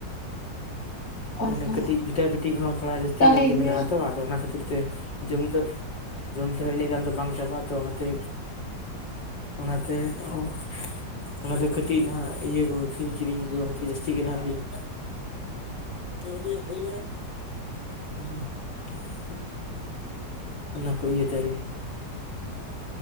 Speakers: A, on the left; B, on the left.
A: ᱟᱪᱪᱷᱟ
B: ᱢᱟᱱᱮ ᱠᱟᱹᱴᱤᱡ ᱵᱷᱤᱴᱟᱵᱷᱤᱴᱤ ᱠᱚᱦᱚᱸ ᱛᱷᱚᱲᱟ ᱡᱟᱹᱥᱛᱤ
A: ᱛᱟᱦᱚᱞᱮ
B: ᱧᱚᱜ ᱜᱮ
A: ᱤᱭᱟᱹ
B: ᱢᱮᱱᱟᱜᱼᱟ ᱟᱛᱚ ᱟᱫᱚ ᱚᱱᱟ ᱠᱷᱟᱹᱛᱤᱨ ᱛᱮ ᱡᱚᱢᱛᱮ ᱡᱚᱢ ᱛᱮᱦᱚᱸ ᱤᱱᱟᱹᱜ ᱜᱟᱱ ᱫᱚ ᱵᱟᱝ ᱪᱟᱵᱟᱜᱼᱟ ᱛᱚ ᱚᱱᱟᱛᱮ ᱚᱱᱟ ᱛᱮ ᱚ ᱚᱱᱟᱛᱮ ᱠᱟᱹᱴᱤᱡ ᱱᱟᱦᱟᱜ ᱤᱭᱟᱹ ᱠᱚ ᱟᱹᱠᱷᱨᱤᱧ ᱠᱤᱨᱤᱧ ᱠᱚ ᱟᱨᱠᱤ ᱡᱟᱹᱥᱛᱤ ᱜᱮ ᱦᱟᱜ ᱦᱩᱭᱩᱜ ᱦᱩᱸ ᱻ <inaudible> ᱚᱱᱟ ᱠᱚ ᱤᱭᱟᱹᱛᱮ ᱟᱨᱜᱮ